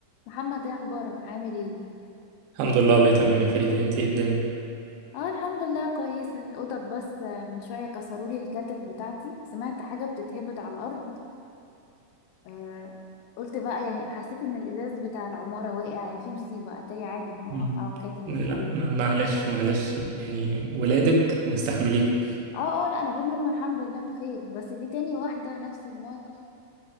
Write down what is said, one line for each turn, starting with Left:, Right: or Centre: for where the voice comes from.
Left: محمد ايه اخبارك عامل ايه
Right: الحمد لله والله تمام يا فريدة انت ايه الدنيا
Left: اه الحمد لله كويسه القطط بس آه، من شويه كسروا لي الكاتل بتاعتي سمعت حاجه بتتهبد على الارض آه قلت بقى يعني حسيت ان الازاز بتاع العماره وقع يعني في مصيبه اتاري عادي هم
Right: مم.
Left: وقعوا الكاتل
Right: لا
Left: والبلد
Right: ما- معلش معلش يعني ولادك واستحمليهم
Left: اه اه لا انا بقول ان هم الحمد لله بخير بس دي تاني واحده نفس الموقف